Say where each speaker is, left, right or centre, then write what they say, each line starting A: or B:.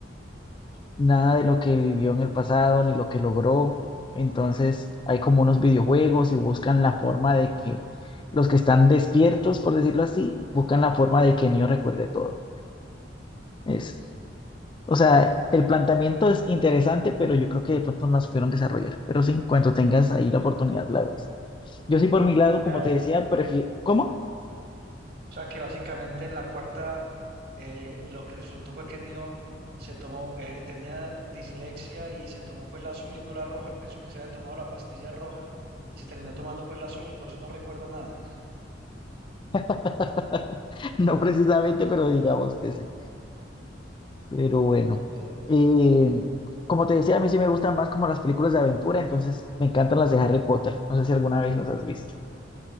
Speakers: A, on the left; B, on the right.
A: nada de lo que vivió en el pasado ni lo que logró. Entonces hay como unos videojuegos y buscan la forma de que los que están despiertos, por decirlo así, buscan la forma de que Neo recuerde todo. Eso. O sea, el planteamiento es interesante, pero yo creo que de pronto no la supieron desarrollar. Pero sí, cuando tengas ahí la oportunidad, la ves. Yo sí, por mi lado,
B: O sea,
A: como
B: o
A: te decía, prefiero... ¿Cómo?
B: sea que básicamente en la cuarta eh, lo que resultó fue que Neo se tomó, eh, tenía dislexia y se tomó pues la azul y no la roja. Él pensó que se había tomado la pastilla roja y se terminó tomando pues la azul y por eso no recuerda nada.
A: <laughs> No precisamente, pero digamos que sí. Pero bueno,
B: Pero
A: eh, como te decía, a mí sí me gustan más como las películas de aventura, entonces me encantan las de Harry Potter. No sé si alguna vez las has visto.